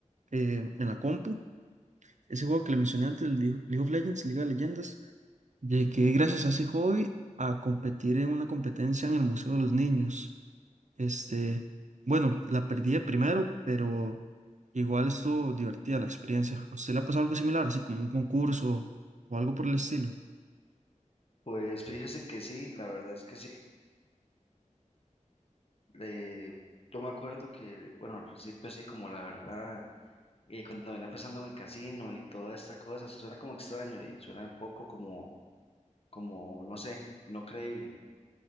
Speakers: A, on the right (about 70°); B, on the left (about 50°).
A: eh, en la compu, ese juego que le mencioné antes, el League League of Legends, Liga de Leyendas, Llegué gracias a ese hobby a competir en una competencia en el Museo de los Niños. Este, bueno, la perdí de primero, pero igual estuvo divertida la experiencia. ¿A usted le ha pasado algo similar, así como un concurso o algo por el estilo?
B: Pues fíjese que sí, la verdad es que sí. Le, yo me acuerdo que, bueno, al principio así como la verdad y cuando venía empezando en el casino y toda esta cosa, suena como extraño y suena un poco como, como, no sé, no creíble,